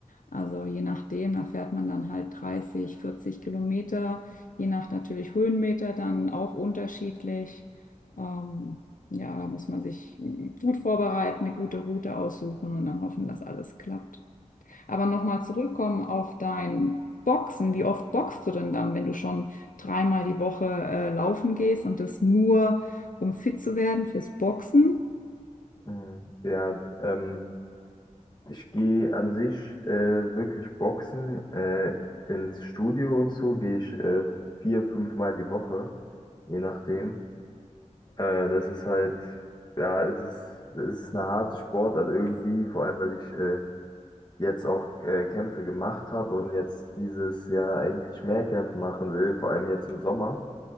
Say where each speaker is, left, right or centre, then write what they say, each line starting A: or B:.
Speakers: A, on the left; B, on the left.
A: Also je nachdem, da fährt man dann halt 30, 40 Kilometer, je nach natürlich Höhenmeter dann auch unterschiedlich. Ähm, ja, da muss man sich gut vorbereiten, eine gute Route aussuchen und dann hoffen, dass alles klappt. Aber nochmal zurückkommen auf dein Boxen. Wie oft boxst du denn dann, wenn du schon dreimal die Woche äh, laufen gehst und das nur, um fit zu werden fürs Boxen?
B: Mhm. Ja, ähm, Ich gehe an sich äh, wirklich boxen. Äh, ins Studio und so gehe ich äh, vier, fünfmal die Woche, je nachdem. Äh, das ist halt, ja, es ist, es ist eine harte Sportart irgendwie, vor allem weil ich äh, jetzt auch äh, Kämpfe gemacht habe und jetzt dieses Jahr eigentlich mehr Kämpfe machen will, vor allem jetzt im Sommer.